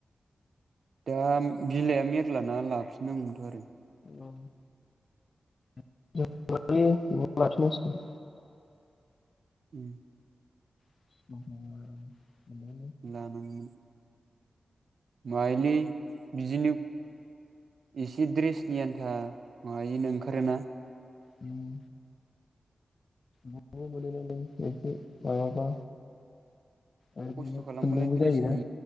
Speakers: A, on the right (about 75°); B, on the left (about 40°).
A: दा बिलाइआ मेरलाना लाफिननांगौमोनथ' आरो
B: औ। <unintelligible> लायो लाफिननांसिगोन।
A: उम।
B: <inaudible>
A: लानां गौमोन। माइलि बिजनि एसे द्रेसनि आन्था मायनो ओंखारोना।
B: उम। मल बेसे माबाबा। आरो
A: खस्थ'
B: बिनो
A: खालामबालाय
B: खुदुंबो
A: द्रेसनि
B: जायोना